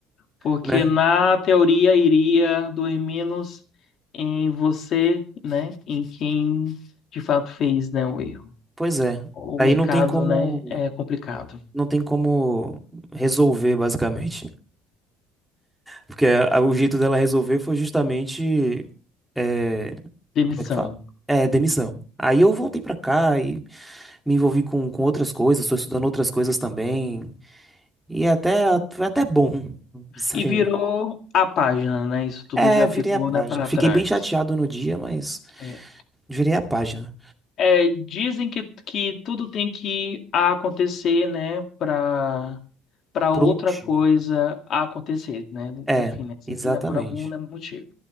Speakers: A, on the left (about 45°); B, in the centre.
A: Porque
B: né?
A: na teoria iria doer menos em você, né? Em quem de fato fez, né, o erro.
B: Pois é.
A: O
B: Aí
A: mercado,
B: não tem como,
A: né, é complicado.
B: não tem como resolver, basicamente. Porque a- o jeito dela resolver foi justamente. é,
A: Demissão.
B: como é que fala? É, demissão. Aí eu voltei pra cá e me envolvi com, com outras coisas, estou estudando outras coisas também. E é até foi até bom. <laughs> Sim.
A: E virou a página, né? Isso tudo
B: É,
A: já
B: virei
A: ficou,
B: a página.
A: né, para
B: Fiquei
A: trás.
B: bem chateado no dia, mas
A: É.
B: virei a página.
A: É, dizem que, que tudo tem que acontecer, né, para para
B: Por
A: outra
B: um motivo.
A: coisa acontecer, né?
B: É,
A: Enfim, né? Sempre
B: exatamente.
A: né, por algum né, motivo.